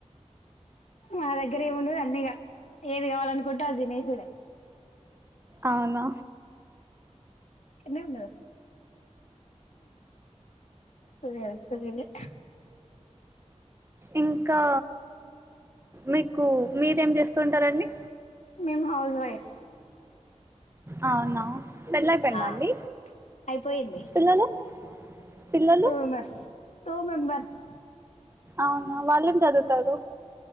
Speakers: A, on the left (about 70°); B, on the right (about 20°).
A: మా దగ్గర ఏమి ఉండదు అన్నిగ ఏది కావాలనుకుంటే అది తినేసుడే
B: అవున
A: తినాండి సరే అ సరేలే
B: ఇంకా మీకు మీరేం చేస్తుంటారు అండి
A: మేము హౌస్ వైఫ్
B: అవున పెళ్ళయిపోయింద
A: ఆ
B: అండి
A: అయిపోయింది
B: పిల్లలు పిల్లలు
A: టూ మెంబర్స్ టూ మెంబర్స్
B: అవునా వాళ్ళేం చదువుతారు